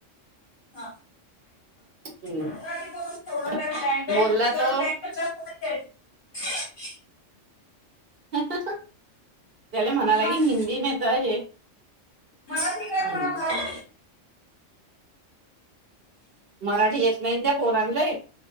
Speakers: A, on the left; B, on the right.
A: हा.
B: हम्म
A: गुजराती करून ठेवलं त्या लँग्वेज
B: बोलला तो
A: <unintelligible>
B: त्याले म्हणाय
A: मी
B: लागेल
A: म्हटलं,
B: हिंदी नाय तर हे
A: मराठी काय म्हणा
B: एम्स.
A: मराठी
B: मराठी येत नाय त्या पोरांनलंय.